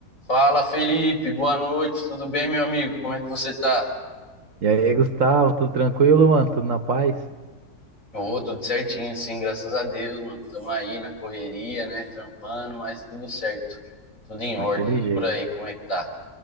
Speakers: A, on the left (about 50°); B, on the right (about 55°).
A: Fala, Felipe. Boa noite. Tudo bem, meu amigo? Como é que você tá?
B: E aí, Gustavo, tudo tranquilo, mano? Tudo na paz?
A: Ô, tudo certinho, sim, graças a Deus, mano. Tamo aí na correria, né? Trampando, mas tudo certo. Tudo em ordem.
B: Daquele
A: E
B: jeito.
A: Por aí, como é que tá?